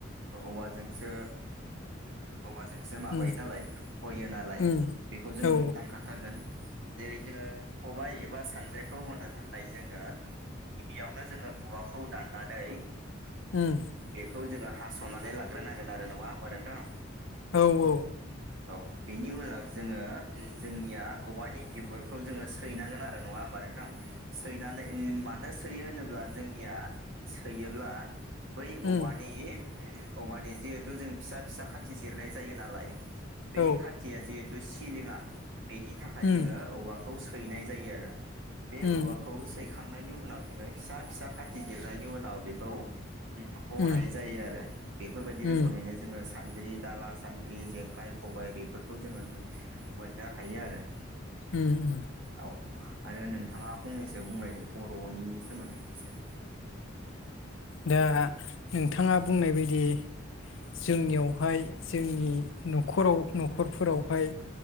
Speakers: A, on the right; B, on the left.
A: औवाजोंसो औवाजोंसो माबायो
B: उम
A: नालाय हयो नालाय
B: उम
A: बेखौ जोंनो
B: औ
A: नांखाथारगोन जेरै जोङो खबाय एबा सानद्रिखौ होनो थाखाय जोङो गिबियावनो जोङो औवाखौ दाननानै
B: उम
A: बेखौ जोङो हास'नानै लाग्रोनांगोन आरो नङा होमबा नोंथां?
B: औ औ
A: औ बेनि उनाव जोङो जोंनिया औवानि बिगुरखौ जोङो सैनांगोन आरो नङा होमबा नोंथां सैनानै मानो सोयो होनोब्ला जोंनिया सोयोब्ला बै
B: उम
A: औवानि उम औमानि जिहेथु जों फिसा फिसा खाथि जिरनाय जायो नालाय बै
B: औ
A: खाथिया जिहेथु सिलिङा बेनि थाखाय
B: उम
A: जोङो औवाखौ सैनाय जायो आरो। बे
B: उम
A: औवाखौ सैखांनायनि उनाव जोङो फिसा फिसा खाथि जिरनायनि उनाव बेखौ हनाय
B: उम
A: जायो आरो बेफोरबायदि रोखोमैनो
B: उम
A: जोङो सान सान्द्रि, दाला, सान्द्रि, जेखाइ, खबाय बेफोरखौ जोङो मोननो हायो आरो।
B: उम
A: औ आरो नोंथाङा फंनैसो बुंलायदो बर'नि सोमोन्दै एसे
B: दा नोंथाङा बुंनाय बायदि जोंनियावहाय जोंनि न'खराव न'खरफोरावहाय